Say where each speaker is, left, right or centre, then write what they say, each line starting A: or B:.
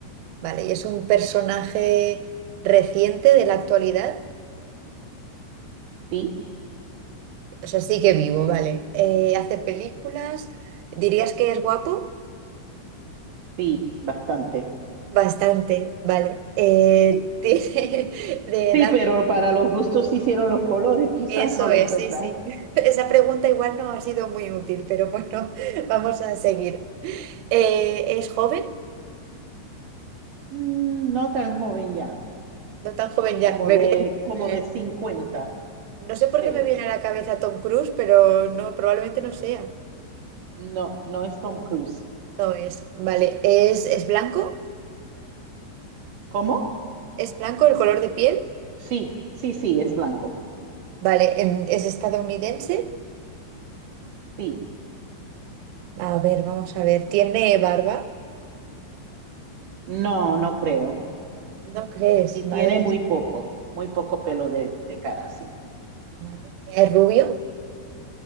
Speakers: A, on the right; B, on the right.
A: Vale, y es un personaje reciente de la actualidad.
B: sí,
A: O sea, sigue vivo, vale. Eh, hace películas. ¿Dirías que es guapo?
B: sí, bastante.
A: Bastante, vale. Eh, tiene <laughs> de edad.
B: Sí, pero
A: pues,
B: para los gustos se hicieron los colores, quizás
A: Eso
B: no lo
A: es,
B: encuentras.
A: sí, sí. <laughs> Esa pregunta igual no ha sido muy útil, pero bueno, <laughs> vamos a seguir. Eh, ¿es joven?
B: Mm, no tan joven ya,
A: No tan joven ya.
B: como
A: Me
B: de,
A: viene-
B: como de 50,
A: no sé por
B: creo.
A: qué me viene a la cabeza Tom Cruise, pero no, probablemente no sea.
B: No, no es Tom Cruise.
A: No es. Vale. ¿Es, es blanco?
B: ¿Cómo?
A: ¿Es blanco el color de piel?
B: Sí, sí, sí, es
A: Sí.
B: blanco.
A: Vale, em, ¿es estadounidense?
B: Sí.
A: A ver, vamos a ver. ¿Tiene barba?
B: No, no creo.
A: ¿No crees?
B: Sí,
A: Madre,
B: tiene muy
A: mía,
B: poco, muy poco pelo de, de cara, sí.
A: madre mía. ¿Es rubio?